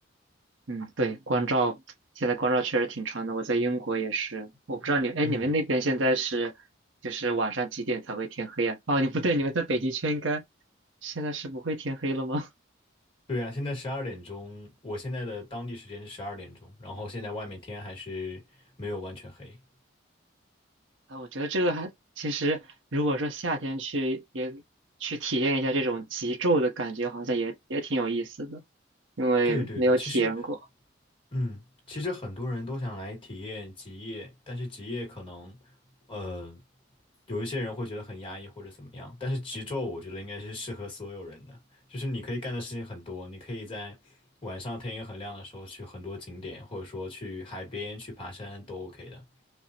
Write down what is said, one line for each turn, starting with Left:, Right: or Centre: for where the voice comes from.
Right: 嗯，对，光照，现在光照确实挺长的。我在英国也是，我不知道你，哎，
Left: 嗯。
Right: 你们那边现在是，就是晚上几点才会天黑啊？哦，你不对，你们在北极圈应该现在是不会天黑了吗？
Left: 对啊，现在十二点钟，我现在的当地时间是十二点钟，然后现在外面天还是没有完全黑。
Right: <laughs> 啊，我觉得这个还，其实如果说夏天去也去体验一下这种极昼的感觉，好像也也挺有意思的，因为没有体验过。
Left: 对对对，其实，嗯，其实很多人都想来体验极夜，但是极夜可能，呃，有一些人会觉得很压抑或者怎么样，但是极昼我觉得应该是适合所有人的，就是你可以干的事情很多，你可以在晚上天也很亮的时候去很多景点，或者说去海边去爬山都 OK 的。